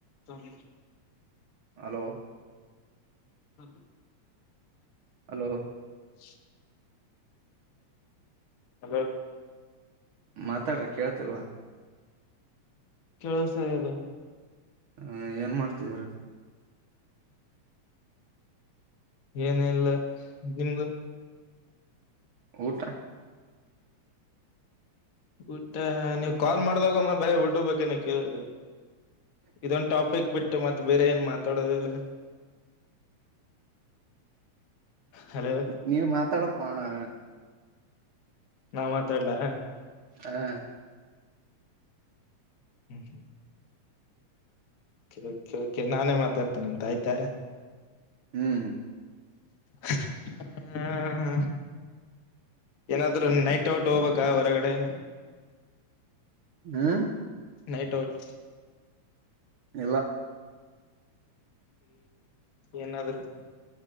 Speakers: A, on the left (about 60°); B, on the right (about 65°).
A: Solih
B: hello
A: ಹ
B: hello
A: <inaudible> hello
B: ಮಾತಾಡ್ರಿ ಕೇಳ್ತಿಲ್ವಾ
A: ಕೆಲಸಾಗೆದ್ದ
B: ಹ ಏನ್ ಮಾಡ್ತಿದ್ರ.
A: ಏನಲ್ಲ ನಿಮ್
B: ಊಟ
A: ಊಟ್ಟ ನೀವ್ ಕಾಲ್ ಮಾಡಿದಾಗಮ್ಮ ಬರೀ ಊಟದ ಬಗೆನ ಕೇಳದ ಇದೊಂದು ಟಾಪಿಕ್ ಬಿಟ್ಟ ಟ್ಟ ಮತ್ತ ಬೇರೆ ಏನ್ ಮಾತಾಡೋದಿಲ್ಲ. ಹಲೋ
B: ನೀ ಮಾತಾಡ ಪಾ ಅಣ್ಣಾ.
A: ನಾ ಮಾತಾಡ್ಲಾ
B: ಹಾ
A: ಹ್ಮ್ ಹ್ಮ ಕೆ ನಾನೇ ಮಾತಾಡ್ತೇನೆ ಅಂತ ಆಯ್ತಾ
B: ಹ್ಮ್
A: ಹ್ಮ ಹ ಏನಾದ್ೂ ನೈಟ್ ಔಟ್ ಹೋಗ್ಬೇಕಬೇಕ ಹೊರಗಡೆ
B: ಹ್ಮ
A: ನೈಟ್ ಔಟ್
B: ಇಲ್ಲ
A: ಏನಾದ್್ರರು